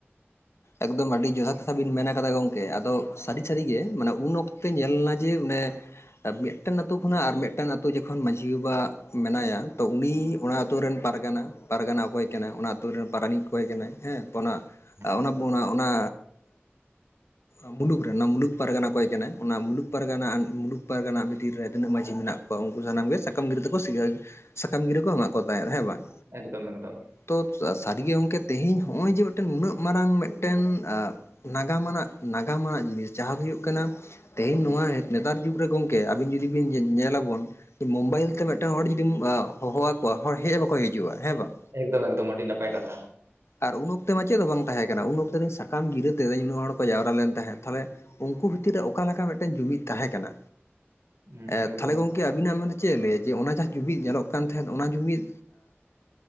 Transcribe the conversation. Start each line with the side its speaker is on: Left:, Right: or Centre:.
Left: ᱮᱠᱫᱚᱢ ᱟᱹᱰᱤ ᱡᱚᱛᱷᱟᱛ ᱠᱟᱛᱷᱟ ᱵᱤᱱ ᱢᱮᱱ ᱠᱟᱫᱟ ᱜᱚᱢᱠᱮ ᱟᱫᱚ ᱥᱟᱹᱨᱤ ᱥᱟᱹᱨᱤᱜᱮ ᱢᱟᱱᱮ ᱩᱱ ᱚᱠᱛᱮ ᱧᱮᱞᱱᱟ ᱡᱮ ᱚᱱᱮ ᱢᱤᱫᱴᱮᱱ ᱟᱛᱩ ᱠᱷᱚᱱᱟᱜ ᱟᱨ ᱢᱤᱫᱴᱮᱱ ᱟᱛᱩ ᱡᱚᱠᱷᱚᱱ ᱢᱟᱺᱡᱷᱤ ᱵᱟᱵᱟ ᱢᱮᱱᱟᱭᱟ ᱛᱚ ᱩᱱᱤ ᱚᱱᱟᱛᱩᱨ ᱨᱮᱱ ᱯᱟᱨᱜᱟᱱᱟ ᱯᱟᱨᱜᱟᱱᱟ ᱚᱠᱚᱭ ᱠᱟᱱᱟᱭ ᱚᱱᱟ ᱟᱛᱩᱨ ᱨᱮᱱ ᱯᱟᱨᱟᱱᱤᱠ ᱚᱠᱚᱭ ᱠᱟᱱᱟ ᱦᱮᱸ ᱛᱚ ᱚᱱᱟ
Right: ᱦᱮᱸ
Left: ᱟ ᱚᱱᱟ ᱵᱚ ᱚᱱᱟ ᱢᱩᱞᱩᱠ ᱨᱮᱱ ᱚᱱᱟ ᱢᱩᱞᱩᱠ ᱯᱟᱨᱜᱟᱱᱟ ᱚᱠᱚᱭ ᱠᱟᱱᱟ, ᱚᱱᱟ ᱢᱩᱞᱩᱠ ᱯᱟᱨᱜᱟᱱᱟ ᱢᱩᱞᱩᱠ ᱯᱟᱨᱜᱟᱱᱟ ᱵᱷᱤᱛᱤᱨ ᱨᱮ ᱛᱤᱱᱟᱹᱜ ᱢᱟᱹᱡᱷᱤ ᱢᱮᱱᱟᱜ ᱠᱚᱣᱟ ᱩᱝᱠᱩ ᱥᱟᱱᱟᱢ ᱜᱮ ᱥᱟᱠᱟᱢ ᱜᱤᱫᱨᱟᱹ ᱛᱮᱠᱚ ᱥᱤᱭᱟ ᱥᱟᱠᱟᱢ ᱜᱤᱨᱟᱹ ᱠᱚ ᱮᱢᱟᱜ ᱠᱚ ᱛᱟᱦᱮᱸᱫ ᱦᱮᱸ ᱵᱟᱝ?
Right: ᱮᱠᱫᱚᱢ ᱮᱠᱫᱚᱢ
Left: ᱛᱚ ᱥᱟᱹᱨᱤᱜᱮ ᱜᱚᱢᱠᱮ ᱛᱮᱦᱤᱧ ᱦᱚᱸᱜᱼᱚᱭ ᱡᱮ ᱢᱤᱫᱴᱮᱱ ᱱᱩᱱᱟᱹᱜ ᱢᱟᱨᱟᱝ ᱢᱤᱫᱴᱮᱱ ᱟ ᱱᱟᱜᱟᱢ ᱟᱱᱟᱜ ᱱᱟᱜᱟᱢ ᱟᱱᱟ ᱡᱤᱱᱤᱥ ᱡᱟᱦᱟᱸ ᱦᱩᱭᱩᱜ ᱠᱟᱱᱟ ᱛᱮᱦᱮᱸᱧ ᱱᱚᱣᱟ ᱱᱮᱛᱟᱨ ᱡᱩᱜᱽ ᱨᱮ ᱜᱚᱝᱠᱮ ᱟᱵᱤᱱ ᱡᱩᱫᱤ ᱵᱤᱱ ᱧᱮᱞᱟᱵᱚᱱ ᱢᱳᱵᱟᱭᱤᱞ ᱛᱮ ᱢᱤᱫᱴᱟᱝ ᱦᱚᱲ ᱡᱩᱫᱤᱢ ᱦᱚᱦᱚᱣᱟᱠᱚᱣᱟ ᱦᱚᱲ ᱦᱮᱡ ᱦᱚᱸ ᱵᱟᱠᱚ ᱦᱤᱡᱩᱜᱼᱟ ᱦᱮᱸ ᱵᱟᱝ?
Right: ᱮᱠᱫᱚᱢ ᱮᱠᱫᱚᱢ ᱟᱹᱰᱤ ᱱᱟᱯᱟᱭ ᱠᱟᱛᱷᱟ᱾
Left: ᱟᱨ ᱩᱱ ᱚᱠᱛᱮ ᱢᱟ ᱪᱮᱫ ᱫᱚ ᱵᱟᱝ ᱛᱟᱦᱮᱸ ᱠᱟᱱᱟ ᱩᱱ ᱚᱠᱛᱮ ᱫᱚᱧ ᱥᱟᱠᱟᱢ ᱜᱤᱨᱟᱹ ᱛᱮᱫᱚᱧ ᱩᱱᱟᱹᱜ ᱦᱚᱲ ᱠᱚ ᱡᱟᱣᱨᱟ ᱞᱮᱱ ᱛᱟᱦᱮᱸᱫ ᱛᱟᱦᱞᱮ ᱩᱝᱠᱩ ᱵᱷᱤᱛᱤᱨ ᱨᱮ ᱚᱠᱟ ᱞᱮᱠᱟ ᱢᱤᱫᱴᱮᱡ ᱡᱩᱢᱤᱫ ᱛᱟᱦᱮᱸ ᱠᱟᱱᱟ,
Right: ᱦᱮᱸ
Left: ᱮ
Right: ᱮᱠᱫᱚᱢ
Left: ᱛᱟᱦᱞᱮ ᱜᱚ ᱠᱤ ᱟᱵᱤᱱᱟᱜ ᱢᱟᱱᱮ ᱪᱮᱫ ᱮ ᱞᱟᱹᱭᱟ ᱡᱮ ᱚᱱᱟ ᱡᱟᱦᱟᱸ ᱡᱩᱢᱤᱫ ᱧᱮᱞᱚᱜ ᱠᱟᱱ ᱛᱟᱦᱮᱸᱫ ᱚᱱᱟ ᱡᱩᱢᱤᱫ